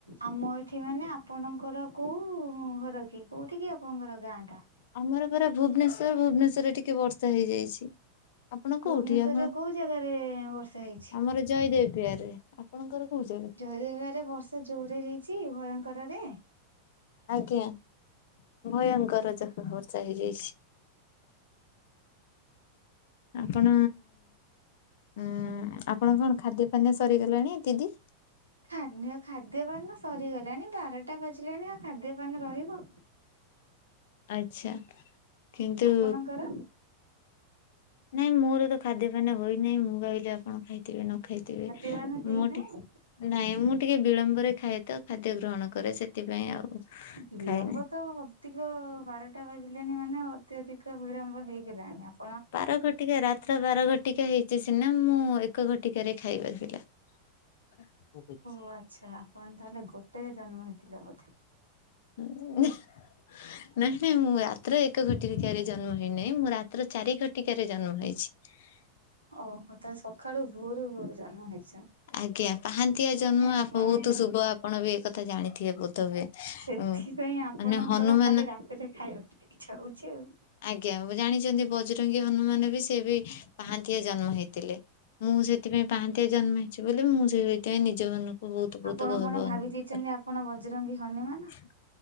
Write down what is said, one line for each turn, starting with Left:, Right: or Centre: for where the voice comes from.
Right: ଆମ ଏଠି ମାନେ ଆପଣଙ୍କର କୋଉ ଘର କି କୋଉଠି କି ଆପଣଙ୍କର ଗାଁ ଟା?
Left: ଆମର ପରା ଭୁବନେଶ୍ଵର ଭୁବନେଶ୍ଵରରେ ଟିକେ ବର୍ଷା ହେଇଯାଇଛି ଆ ଆପଣ
Right: ଭୁବନେଶ୍ଵରରେ
Left: କୋଉଠି ଆପଣ
Right: କୋଉ ଜାଗାରେ ବର୍ଷା ହେଇଛି?
Left: ଆମର ଜୟଦେବ ବିହାରେ। ଆପଣଙ୍କର କୋଉ ଜାଗା?
Right: ଜୟଦେବବିହାରେ ବର୍ଷା ଜୋରେ ହେଇଛି ଭୟଙ୍କରରେ?
Left: ଆଜ୍ଞା ଭୟଙ୍କର ଜୋ ବର୍ଷା ହେଇଯାଇଛି। ଆପଣ ଉଁ ଆପଣ କଣ ଖାଦ୍ୟ ପାନୀୟ ସରିଗଲାଣି ଦିଦି?
Right: ଖାଦ୍ୟ ଖାଦ୍ୟପାନୀୟ ସରିଗଲାଣି ବାରଟା ବାଜିଲାଣି ଆଉ ଖାଦ୍ୟପାନୀୟ ରହିବ।
Left: ଆଚ୍ଛା କିନ୍ତୁ
Right: ଆପଣଙ୍କର
Left: ନାଇଁ ମୋର ତ ଖାଦ୍ୟପାନୀୟ ହୋଇନାହିଁ ମୁଁ କହିଲି ଆପଣ ଖାଇଥିବେ ନ ଖାଇ ଥିବେ
Right: ଖାଦ୍ୟପାନ ହେଇନାହିଁ
Left: ମୋର ଟି ନାଇଁ ମୁଁ ଟିକେ ବିଳମ୍ବରେ ଖାଏ ତ ଖାଦ୍ୟ ଗ୍ରହଣ କରେ ସେଥିପାଇଁ ଆଉ।
Right: ବିଳମ୍ବ
Left: ଖାଇନି।
Right: ତ ହ ଅତିକ ବାରଟା ବାଜିଲେଣି ମାନେ ଅତ୍ୟଧିକ ବିଳମ୍ବ ହେଇଗଲାଣି। ଆସ
Left: ବାର ଘଟିକା ରାତ୍ର ବାର ଘଟିକା ହେଇଛି ସିନା ମୁଁ ଏକ ଘଟିକାରେ ଖାଇବା ପିଲା। <unintelligible>
Right: ଓ ଆଚ୍ଛା ଆପଣ ତାହେଲେ ଗୋଟାଏ ଜନ୍ମ ହେଇଥିଲେ ବୋଧେ?
Left: ହୁଁ। ନାହିଁ ନାହିଁ ମୁଁ ରାତ୍ର ଏକ ଘଟିକାରେ ଜନ୍ମ ହେଇ ନାଇଁ ମୁଁ ରାତ୍ର ଚାରି ଘଟିକାରେ ଜନ୍ମ ହେଇଛି। <unintelligible>
Right: ଓହ ତ ସକାଳୁ ଭୋରୁ ଭୋରୁ ଜନ୍ମ ହେଇ
Left: ଆଜ୍ଞା ପାହାନ୍ତିଆ ଜନ୍ମ
Right: ଆପଣଙ୍କର
Left: ବହୁତୁ ଶୁଭ ଆପଣ ବି ଏ କଥା ଜାଣିଥିବେ ବୋଧ ହୁଏ।
Right: ସେଥିପାଇଁ
Left: ଉଁ
Right: ଆପଣଙ୍କର
Left: ମାନେ ହନୁମାନ
Right: ଖାଲି ରାତିରେ ଖାଇବାକୁ ଇଚ୍ଛା ହଉଛି ଆଉ।
Left: ଆଜ୍ଞା ମୁଁ ଜାଣିଛନ୍ତି ବଜରଙ୍ଗୀ ହନୁମାନ ବି ସେ ବି ପାହାନ୍ତିଆ ଜନ୍ମ ହେଇଥିଲେ। ମୁଁ ସେଥିପାଇଁ ପାହାନ୍ତିଆ ଜନ୍ମେ ଅଛି ବୋଲି ମୁଁ ସେଇଥିପାଇଁ ନିଜ ମନକୁ ବହୁତୁ ବହୁତୁ
Right: ଆପଣ
Left: ଗର୍ବ
Right: କଣ ଭାବି
Left: ଅନୁଭବ
Right: ଦେଇଛନ୍ତି
Left: କରେ।
Right: ଆପଣ ବଜରଙ୍ଗୀ ହନୁମାନ?